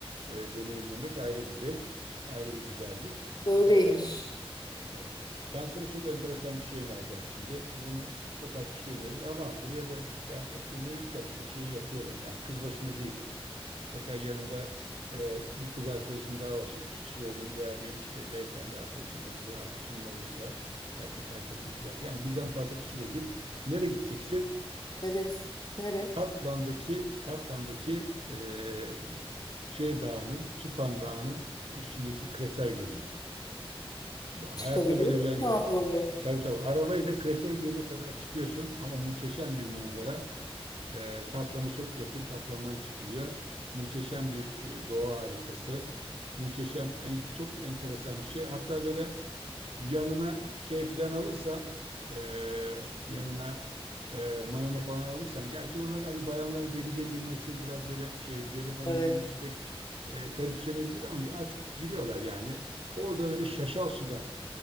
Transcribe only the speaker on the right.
e, deneyimlemek ayrı bir zevk, ayrı bir güzellik.
E, evet. Ben sana çok enteresan bir şey önereceğim şimdi. Bunu çok az kişi önerir ama buraya da ben hep önerirken işte şeyi yapıyorum. Yani kız başına değil. Mutlaka yanında e, bir kız arkadaşın daha olsun. İki kişi olun veya bir işte beyefendi arkadaşın olabilir. Artık kimin olursa erkek arkadaşın kız arkadaşın. Yani birden fazla kişiyle git. Nereye gideceksin?
Tatvan'daki Tatvan'daki eee, şey dağının, Süphan Dağı'nın üstündeki krater gölüne. Bu-
Hayatında böyle
bir yer göremezsin.
Tabii tabii. Arabayla krater gölüne kadar çıkıyorsun ama muhteşem bir manzara. Eee Tatvan'a çok yakın. Tatvan'dan çıkılıyor. Muhteşem bir e, doğa harikası. Muhteşem, en, çok enteresan bir şey. Hatta böyle Yanına şey filan alırsan e, yanına e, mayona falan alırsan gerçi oralarda hani bayanların denize girmesi biraz böyle şey göle falan
girmesi pek e, garipsenebilir ama artık giriyorlar yani. Orada böyle şaşal suda